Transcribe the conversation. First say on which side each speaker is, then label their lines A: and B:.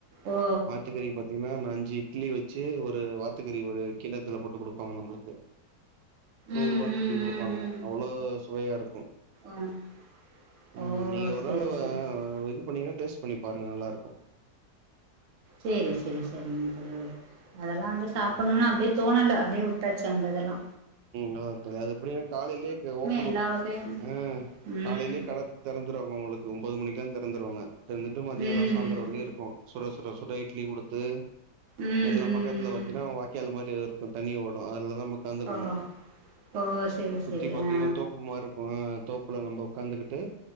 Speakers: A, on the right (about 60°); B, on the right (about 85°).
A: ஓ
B: வாத்துக்கறி பாத்தீங்கன்னா அஞ்சி இட்லி வெச்சு ஒரு வாத்துக்கறி ஒரு கிண்ணத்துல போட்டு குடுப்பாங்க நம்முளுக்கு நூறுவான்னு
A: ம் ம்
B: சொல்லி குடுப்பாங்க
A: ம்
B: அவ்ளோ சுவையாருக்கு
A: ம்
B: ம்
A: ஓ ஓ
B: நீங்க ஒரு
A: செரி
B: நாள்
A: செரி
B: ஆ
A: செரி
B: இது பண்ணீங்கன்னா டேஸ்ட் பண்ணி பாருங்க நல்லாருக்கு
A: செரி செரி செரிங்க தோழரே அதெல்லா வந்து சாப்பிடணுன்னு அப்டியே தோணல அப்டியே உட்டாச்சு தந்ததெல்லா
B: நல்லாருக்கு தோளி அது எப்டின்னா காலையிலேயேகு ஓபன்
A: எல்லா
B: உ
A: வகையான
B: ஆ
A: ம்
B: காலையிலேயே கட தெறந்துருவாங்க உங்களுக்கு து ஒம்போது மணிக்கலா தெறந்துருவாங்க தொறந்துட்டு மத்தியானோ
A: ம் ம்
B: சாந்தரோ வரைக்கு இருக்கு சுட சுட சுட இட்லி குடுத்து
A: ம் ம்
B: எல்லா பக்கத்துல பாத்தீங்கன்னா
A: ம்
B: வாய்க்கால் மாரிருக்கு தண்ணி ஓடு அதுலதா க்கந்துக்கணு
A: ஓ ஓ செரி
B: சுத்தி
A: செரி
B: பாத்தீங்கன்னா
A: ஆ
B: தோப்பு மாரிருக்கு தோப்புல நம்ப உட்காந்துகுட்டு